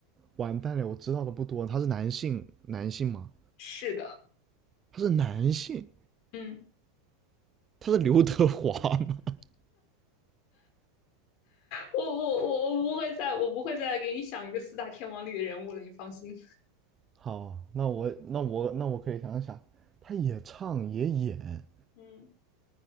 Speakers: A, on the right; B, on the left.
A: 完蛋了，我知道的不多，他是男性男性吗？
B: 是的，
A: 他是男性，
B: 嗯，
A: 他是刘德华吗？<laughs>
B: 我我我我不会再我不会再给你想一个四大天王里的人物了，你放心。
A: 好，那我那我那我可以想想，他也唱也演，
B: 嗯